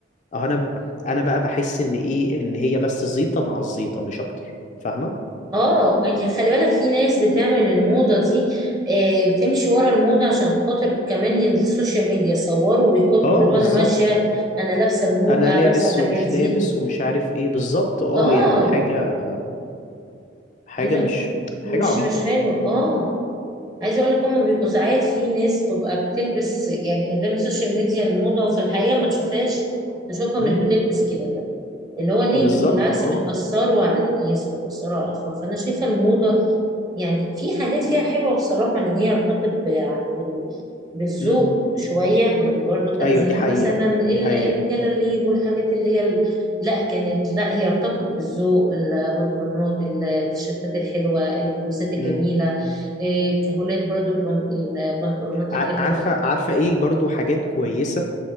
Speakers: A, on the left (about 40°); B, on the right (about 20°).
A: اه انا ب... انا بقى بحس ان ايه ان هي بس زيطه مع الزيطه مش اكتر فاهمه
B: اه يعني خلي بالك في ناس بتعمل الموضة دي آه بتمشي ورا الموضة عشان خاطر كمان السوشيال ميديا صوروا ويحطوا
A: اه
B: اللي
A: بالظبط
B: هو انا ماشية انا لابسة المو...
A: انا
B: آه
A: لابس
B: لابسة الحاجات
A: ومش
B: دي
A: لابس ومش عارف ايه بالظبط اه
B: اه
A: يعني حاجه حاجه
B: عايزة
A: مش حاجه
B: مش
A: عبيطه
B: مش حلو اه عايزه اقول لك هما بيبقوا ساعات في ناس تبقى بتلبس يعني قدام السوشيال ميديا الموضه وفي الحقيقه ما تشوفهاش نشوفها مش
A: امم
B: بتلبس كده طب اللي هو ليه
A: بالظبط
B: انتوا بالعكس
A: اه
B: بتاثروا على الناس بتاثروا على الاطفال فانا شايفه الموضه يعني في حاجات فيها حلوة بصراحة لأن هي ارتبطت ب- بال- بالذوق
A: امم
B: شوية لأن برضو كان
A: ايوه
B: زمان
A: دي حقيقه
B: مثلا ال-
A: دي حقيقه
B: الجلاليب والحاجات اللي هي ال- لا كانت لا هي ارتبطت بالذوق البنطلونات التيشيرتات الحلوة البلوزات الجميلة
A: امم
B: إيه، كهولات برضو البن- البنطلونات
A: ع-
B: الحلوة
A: عارفه عارفه ايه برضو حاجات كويسه